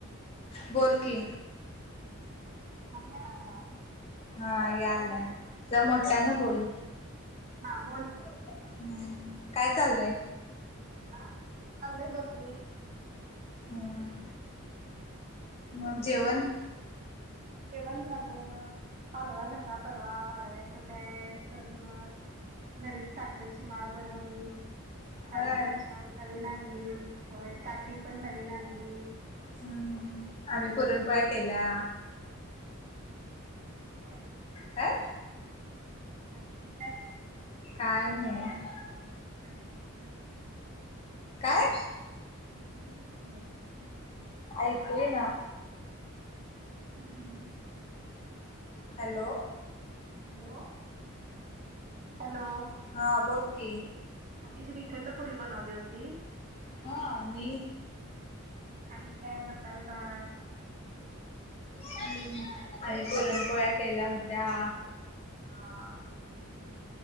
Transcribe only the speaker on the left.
बोल कि
हा यालाय जरा मोठ्यान बोल.
हम्म काय चाललंय??
हम्म... मग जेवण??
होय
हम्म आम्ही पुरणपोळ्या केल्या.
काय???
काय नाही...
काय?
ऐकू ईना.
हॅलो..
हां बोल की.
हां आणि??
हम्म आम्ही
पुरणपोळ्या केल्या होत्या.